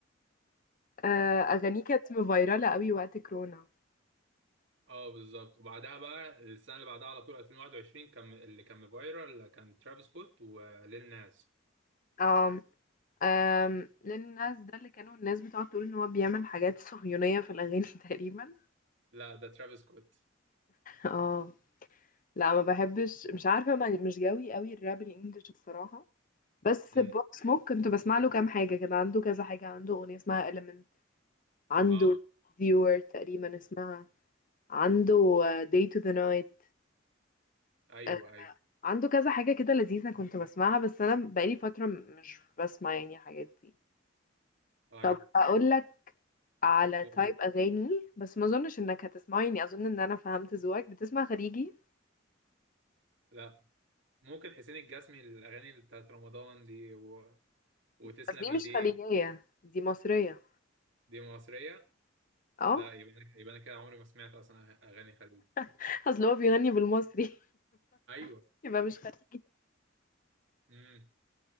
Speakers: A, on the left; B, on the right.
A: آه، اغانيه كانت مفيرالة قوي وقت كورونا
B: اه بالظبط وبعدها بقى السنة اللي بعدها على طول 2021 كان اللي كان فايرال كان ترافيس سكوت وليل ناس
A: آم، آم، للناس ده اللي كانوا الناس بتقعد تقول ان هو بيعمل حاجات صهيونية في الاغاني <laughs> تقريبا
B: لا ده ترافيس سكوت
A: اه لا ما بحبش مش عارفة ما- مش جوي قوي الراب الانجليش الصراحة بس
B: امم
A: بوب سموك كنت بسمع له كام حاجة كان عنده كذا حاجة عنده أغنية اسمها Element عنده
B: اه
A: Viewer تقريبا اسمها عنده آه، Day to the Night
B: ايوه
A: آه،
B: ايوه
A: عنده كذا حاجة كده لذيذة كنت بسمعها بس أنا بقالي فترة م- مش بسمع يعني حاجات دي
B: ايوه
A: طب أقول لك على
B: قولي
A: تايب أغاني بس ما أظنش إنك هتسمعه يعني أظن إن أنا فهمت ذوقك بتسمع خليجي
B: لا ممكن حسين الجسمي الاغاني اللي بتاعت رمضان دي و... وتسلم
A: بس دي
B: ايديك
A: مش خليجية دي مصرية
B: دي مصريه
A: اه
B: لا يبقى انا يبقى انا كده عمري ما سمعت اصلا اغاني خليجي
A: <laughs> أصل هو بيغني بالمصري
B: ايوه
A: <laughs> يبقى مش خليجي
B: امم